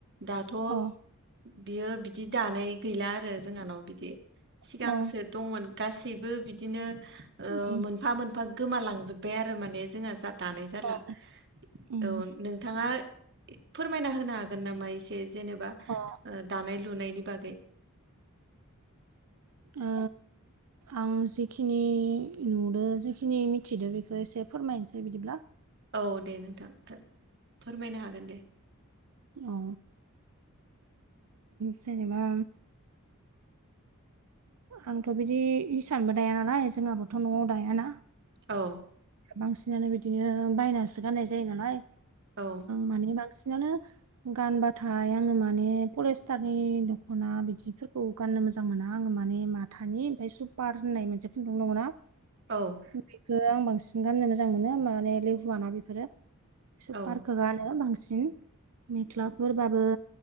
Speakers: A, on the right; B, on the right.
A: दाथ'
B: अ
A: बियो बिदि दानाय गैला आरो जोंहानाव बिदि सिगांसो
B: अ
A: दंमोन गासैबो बिदिनो ओ
B: उम
A: मोनफा मोन फा गोमालांजोब्बाय आरो माने जोंहा जा दानाय जाला
B: अ उम
A: औ नों बिथाङा फोरमायना होनो हागोन नामा एसे जेनेबा
B: अ
A: ओ दानाय लुनायनि बागै।
B: ओ आं जिखिनि नुदो जिखिनि मिथिदो बेखौ एसे फोरमायनोसै बिदिब्ला।
A: औ दे नोंथां फोरमायनो हागोन दे।
B: अ जेनबा आंथ' बिदि इिसानबो दाया नालाय जोंहाबोथ' न'आव दायाना
A: औ
B: बांसिनानो बिदिनो बायनासो गाननाय जायो नालाय।
A: औ
B: माने बांसिनानो गानबाथाय आंङो माने फरेस्टारनि दख'ना बिदिफोरखौ गाननो मोजां मोना आङो माने माथानि ओमफ्राय सुपार होननाय मोनसे खुन्दुं दङ ना?
A: औ।
B: बेखौ आं बांसिन गाननो मोजां मोनो माने लेहुवाना बेफोरो। सुपारखो
A: औ
B: गानो बांसिन मेख्लाफोरबाबो